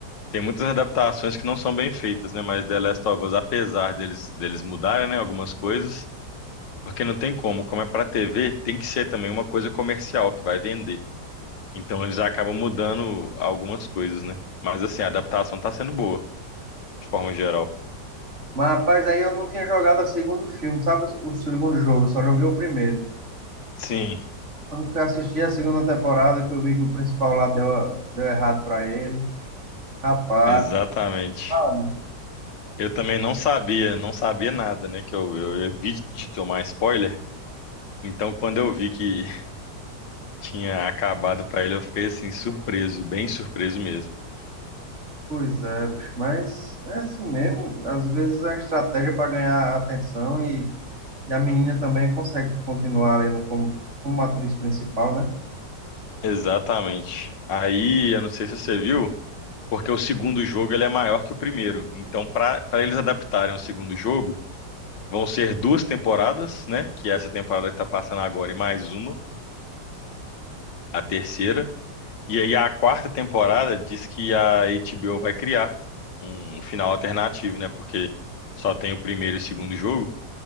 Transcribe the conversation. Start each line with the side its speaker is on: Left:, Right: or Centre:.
Left: Tem muitas adaptações que não são bem feitas, né? Mas The Last of Us, apesar deles, deles mudarem, né, algumas coisas, porque não tem como, como é pra TV, tem que ser também uma coisa comercial que vai vender. Então eles acabam mudando algumas coisas, né? Mas assim, a adaptação tá sendo boa, de forma geral.
Right: Mas, rapaz, aí eu não tinha jogado o segundo filme, sabe? O segundo jogo, eu só joguei o primeiro.
Left: Sim,
Right: Quando fui assistir a segunda temporada, que eu vi que o principal lá deu, deu errado pra ele. Rapaz,
Left: exatamente.
Right: ah,
Left: Eu também não sabia, não sabia nada, né? Que eu, eu evito de tomar spoiler. Então, quando eu vi que <laughs> tinha acabado pra ele, eu fiquei assim, surpreso, bem surpreso mesmo.
Right: pois é, bicho, mas é assim mesmo. Às vezes é uma estratégia para ganhar atenção e, e a menina também consegue continuar ali no- como, como atriz principal, né?
Left: Exatamente. Aí, eu não sei se você viu, porque o segundo jogo ele é maior que o primeiro. Então, para para eles adaptarem o segundo jogo, vão ser duas temporadas, né? Que é essa temporada que está passando agora e mais uma, a terceira. E aí a quarta temporada diz que a HBO vai criar um final alternativo, né? Porque só tem o primeiro e o segundo jogo.